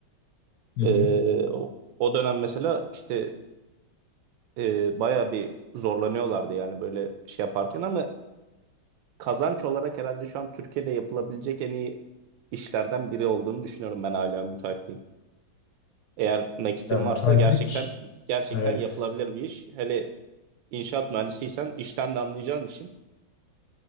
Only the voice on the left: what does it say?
Hı
hı.
Ya müteahhitlik
evet